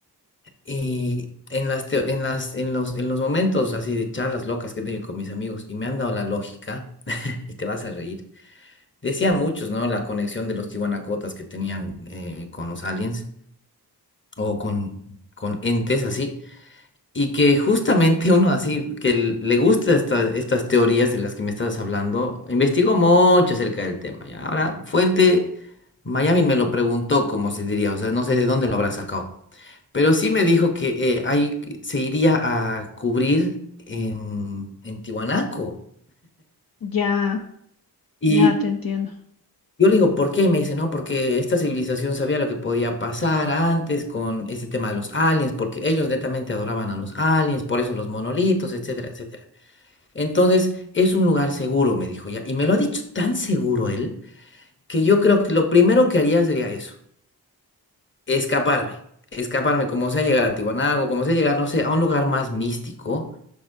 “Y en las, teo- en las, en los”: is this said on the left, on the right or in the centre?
Left